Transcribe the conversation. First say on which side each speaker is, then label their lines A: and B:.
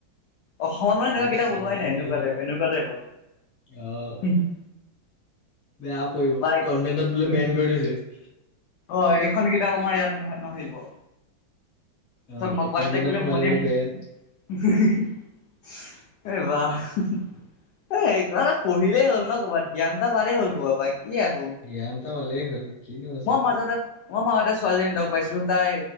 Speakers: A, on the left; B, on the left.
A: অসমত মানে এনেকুৱা
B: বেষ্ট
A: কিতাপ
B: চেলাৰ
A: ওলোৱাই
B: এইটো
A: নাই এনেকুৱা
B: মেইন
A: টাইপ
B: আৰু
A: এনেকুৱা টাইপৰ
B: অ'
A: হুম
B: বেয়া পঢ়িব
A: লাইক
B: কনভেন্টত বোলে
A: উম
B: বেন কৰি থৈছে
A: অ এইখন কিতাপ আমাৰ ইয়াত নহয় নপঢ়িব
B: অ'
A: <unintelligible>
B: এই কনভেন্টত সোমালে বোলে বেন
A: এই বাহ হো হো এ কিবা এটা পঢ়িলেই হ'ল ন ক'ৰবাত জ্ঞান এটা পালেই হ'ল ক'ৰবাৰ পৰা কি আও
B: জ্ঞান এটা পালেই হ'ল কিনো আছে আৰু
A: মাজতে মই মাহতে ছোৱালী এজনী লগ পাইছিলোঁ তাই